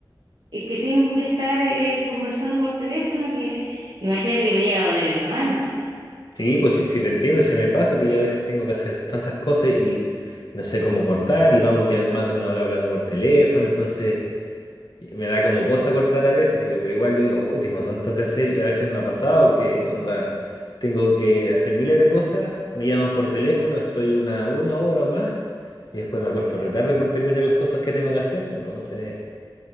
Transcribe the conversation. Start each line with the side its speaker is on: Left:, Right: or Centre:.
Right: eh, que tengo que estar eh, conversando por teléfono que imagínate que me llega a doler la mano.
Left: Sí, pues si, si te entiendo, se me pasa que yo a veces tengo que hacer tantas cosas y, y no sé cómo cortar y vamos ya más de una hora hablando por teléfono, entonces... Me da como cosa cortar a veces, porque- pero igual yo digo, hoy tengo tanto que hacer y a veces me ha pasado que, onda, tengo que hacer miles de cosas, me llaman por teléfono, estoy una, una hora o más y después me acuesto retarde por terminar las cosas que tengo que hacer. Pues entonces,